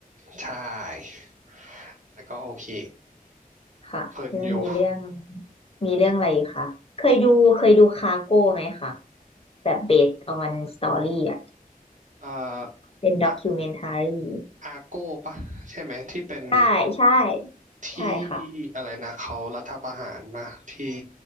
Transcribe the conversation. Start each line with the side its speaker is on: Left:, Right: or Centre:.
Right: ใช่แต่ก็โอเค
Left: ค่ะแล้วมีเรื่อง
Right: เพลินอยู่
Left: มีเรื่องอะไรอีกคะเคยดูเคยดูคาโก้ไหมคะแบบ based on story อ่ะ
Right: เอ่อ
Left: เป็น
Right: อะ
Left: documentary
Right: อาโก้ปะใช่ไหมที่เป็น
Left: ใช่ใช่
Right: ที่
Left: ใช่ค่ะ
Right: อะไรนะเขารัฐประหารมาที่